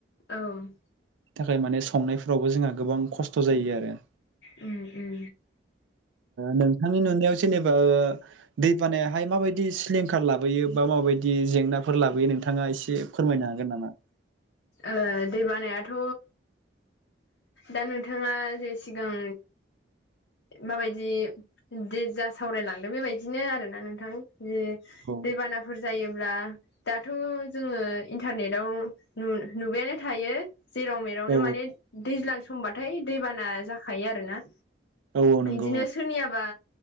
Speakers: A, on the left; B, on the right.
A: औ
B: थाखाय माने संनायफोरावबो जोंहा गोबां खस्थ' जायो आरो
A: उम-उम
B: नोंथांनि नुनायाव जेनेबा दै बानायाहाय माबायदि सिलिंखार लाबोयो बा माबायदि जेंनाफोर लाबोयो नोंथाङा एसे फोरमायनो हागोन नामा
A: ओ दै बानायाथ' दा नोंथाङा जे सिगां माबायदि दे जा सावरायलांदों बेबायदिनो आरोना नोंथां जि
B: औ
A: दैबानाफोर जायोब्ला दाथ' जोङो इन्टारनेटाव नुबायानो थायो जेराव मेरावनो
B: औ
A: माने दैज्लां समबाथाय दैबाना जाखायो आरोना
B: औ औ नंगौ
A: बिदिनो सोरनियाबा